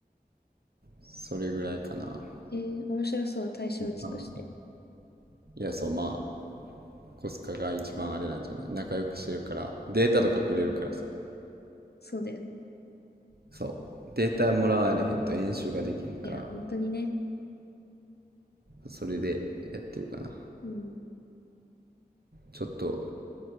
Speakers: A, on the right (about 70°); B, on the left (about 75°).
A: それぐらいかな。わ
B: えー、面白そう、対象地として。
A: かんない。いや、そう、まあ、コスカが一番あれなんじゃない仲良くしてるから、データとかくれるからさ。
B: うんそうだよね。
A: そう。データもらわれへんと演習ができへんから、
B: いや、本当にね。
A: それでやってるかな。
B: うん。
A: ちょっと